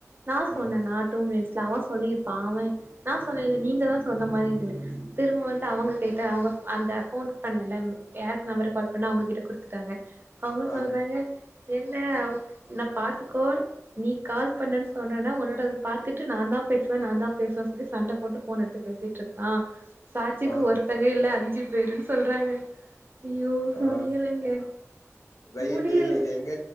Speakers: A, on the right; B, on the left.
A: நா
B: ம்
A: சொன்னேன டூ மினிட்ஸ் அவ சொல்லியிருப்பா அவ நான் சொன்னால நீங்கதா சொன்ன மாரி இருக்குனு திரும்ப வந்து அவங்க கேட்டு அவங்க அந்த போன் பண்ணல யாருக்கு நம்பர் கால் பண்ணா அவங்ககிட்ட குடுத்துட்டாங்க அவங்க
B: ஆ
A: சொல்றாங்க என்ன உன்ன பாத்துக்கோ நீ கால் பண்ணன்னு சொன்னனே உன்னோடத பாத்துட்டு நா தா பேசுவ நா தா பேசுவ சொல்லி சண்ட போட்டு போன் எடுத்து பேசு த்திட்டு இருக்கான் சாட்சிக்கு
B: ஆ
A: ஒருத்தங்க இல்ல அஞ்சு பேருன்னு சொல்றாங்க ஐயோ
B: ஆ
A: முடியலங்க
B: ரைட்டு
A: முடியல
B: இது எங்க